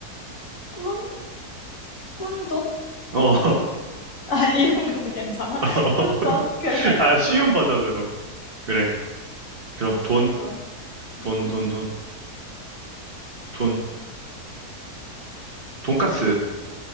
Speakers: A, on the left; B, on the right.
A: 꾼, 꾼돈?
B: 어,
A: 아, <laughs> 이런 것도 괜찮아?
B: <laughs>
A: <laughs> 꾼돈? 그래,
B: 아, 쉬운
A: 좋아.
B: 버전으로. 그래. 그럼
A: 어,
B: 돈.
A: 꾼돈.
B: 돈,
A: 음,
B: 돈, 돈, 돈, 돈가스,